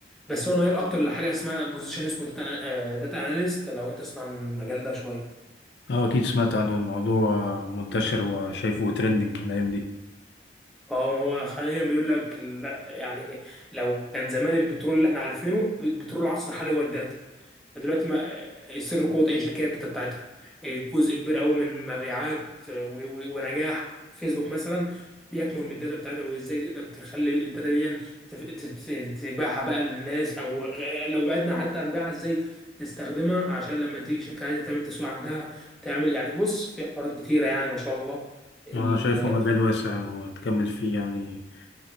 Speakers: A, in the centre; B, on the left (about 75°).
A: بس هو الميال اكتر لحاجه اسمها بوزيشن اسمه داتا داتا اناليست لو انت تسمع عن المجال ده شويه
B: اه اكيد سمعت عن الموضوع منتشر وشايفه ترندنج الايام دي
A: اه ما هو حاليا بيقول لك لا يعني لو كان زمان البترول اللي احنا عارفينه ب- بترول العصر الحالي هو الداتا فدلوقتي ما سر قوة أي شركة هي الداتا بتاعتها جزء كبير قوي من مبيعات و- و- ونجاح فيسبوك مثلا بيكمن من الداتا بتاعتها وازاي تقدر تخلي الداتا دي تف- تت- تبيعها بقى للناس او غ- لو بعدنا حتى عن بيعها ازاي تستخدمها عشان لما تيجي شركة عايزة تعمل تسويق عندها تعمل يعني بص في حوارات كتيرة يعني ما شاء الله ال-
B: اه، انا شايفه مجال واسع وتكمل فيه يعني